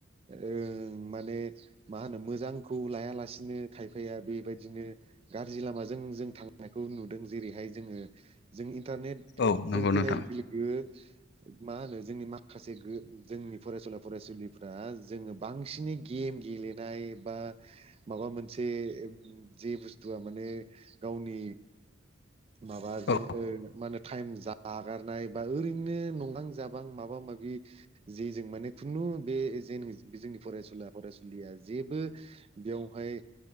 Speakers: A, on the right; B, on the left.
A: ओं माने मा होनो मोजांखौ लायालासिनो खायफाया बेबायदिनो गारजि लामाजों जों थांनायखौ नुदों जेरैहाय जोङो जों इन्टारनेटजों
B: औ नंगौ
A: फैनाय
B: नोंथां
A: लोगो लोगो मा होनो जोंनि माखासे जोंनि फरायसुला फरायसुलिफ्रा जोङो बांसिनै गेम गेलेनाय बा माबा मोनसे जे बुस्थुआ माने गावनि माबा जेन
B: औ
A: ओ मा होनो टाइम जागारनाय बा ओरैनो नंगां जाबां माबा माबि जे जों माने खुनु बे ज जोंनि फरायसुला फरायसुलिया जेबो बेयावहाय